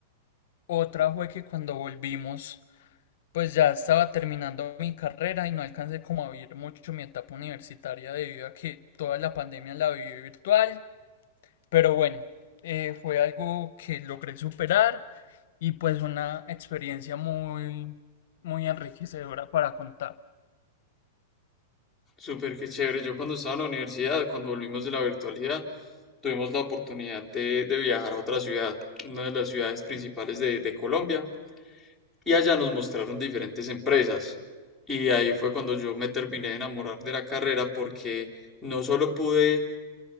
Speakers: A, on the left (about 65°); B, in the centre.
A: otra fue que cuando volvimos pues ya estaba terminando mi carrera y no alcancé como a vivir mucho mi etapa universitaria debido a que toda la pandemia la viví virtual, pero bueno, eh, fue algo que logré superar y pues una experiencia muy, muy enriquecedora para contar.
B: Súper que chévere. Yo cuando estaba en la universidad, cuando volvimos de la virtualidad, tuvimos la oportunidad de, de viajar a otra ciudad, una de las ciudades principales de, de Colombia, y allá nos mostraron diferentes empresas. Y ahí fue cuando yo me terminé de enamorar de la carrera porque no solo pude